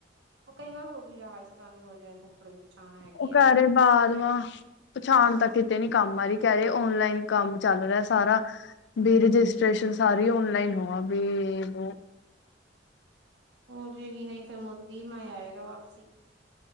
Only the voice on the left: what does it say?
ਉਹ ਕਰਰੇ
ਬਾਦ ਵਾਂ ਪਛਾਣ ਤਾਂ ਕਿਤੇ ਨੀ ਕੰਮ ਆਾਰੀ ਕਹਿ ਰਹੇ ਔਨਲਾਈਨ ਕੰਮ ਚੱਲ ਰਿਹਾ ਸਾਰਾ ਵੀ ਰਜਿਸਟ੍ਰੇਸ਼ਨ ਸਾਰੀ ਓਨਲਾਈਨ ਹੋ ਬ <unintelligible>